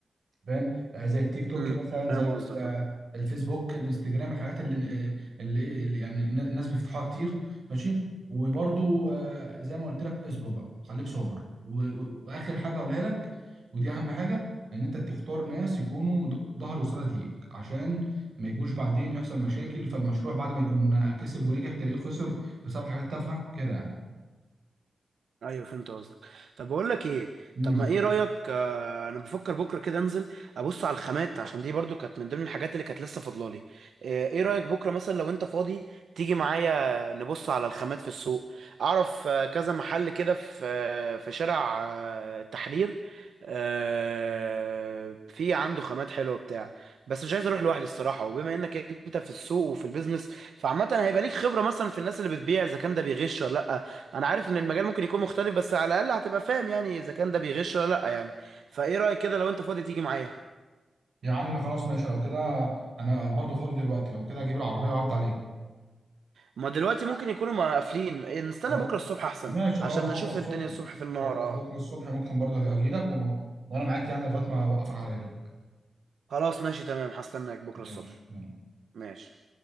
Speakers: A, on the right; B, on the right.
A: فاهم آه، زي التيك توك
B: مم.
A: مثلا
B: فاهم
A: زي ال-
B: قصدك
A: آه،
B: اه
A: الفيسبوك الانستجرام الحاجات اللي آه، اللي, اللي يعني النا- الناس بيفتحوها كتير ماشي وبرضو آه، زي ما قلت لك اصبر بقى خليك صابر و- و- واخر حاجه هقولها لك ودي اهم حاجه ان انت تختار ناس يكونوا ض- ظهر وسند ليك عشان ما يجوش بعدين يحصل مشاكل فالمشروع بعد ما يكون آه، كسب ونجح تلاقيه خسر بسبب حاجات تافهه كده يعني
B: ايوه فهمت قصدك طب بقول لك ايه
A: امم
B: طب ما ايه رايك آه انا بفكر بكره كده انزل ابص على الخامات عشان دي برضو كانت من ضمن الحاجات اللي كانت لسه فاضلالي آه، ايه رايك بكره مثلا لو انت فاضي تيجي معايا نبص على الخامات في السوق اعرف آه كذا محل كده في آه في شارع آه التحرير آه في عنده خامات حلوه بتاع بس مش عايز اروح لوحدي الصراحه وبما انك انت في السوق وفي البيزنس فعامه هيبقى ليك خبره مثلا في الناس اللي بتبيع اذا كان ده بيغش ولا لا انا عارف ان المجال ممكن يكون مختلف بس على الاقل هتبقى فاهم يعني اذا كان ده بيغش ولا لا يعني فايه رايك كده لو انت فاضي تيجي معايا
A: يا عم خلاص ماشي لو كده انا برضو فاضي دلوقتي لو كده اجيب العربيه واعدي عليك
B: ما دلوقتي ممكن يكونوا مقفلين إيه، نستنى
A: خلاص
B: بكره الصبح احسن
A: ماشي خلاص
B: عشان
A: بكره
B: نشوف
A: الصبح
B: الدنيا الصبح في النهار
A: خلاص
B: اه
A: بكره الصبح ممكن برضه أبقى اجي لك و... وانا معاك يعني لغايه ما اوقفك على رجلك
B: خلاص ماشي تمام هستناك بكره
A: ماشي
B: الصبح
A: يلا
B: ماشي